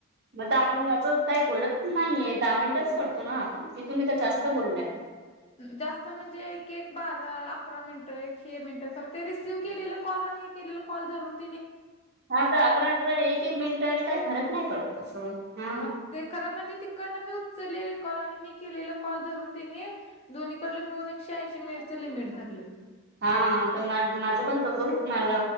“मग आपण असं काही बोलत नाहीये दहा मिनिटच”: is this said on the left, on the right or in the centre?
Right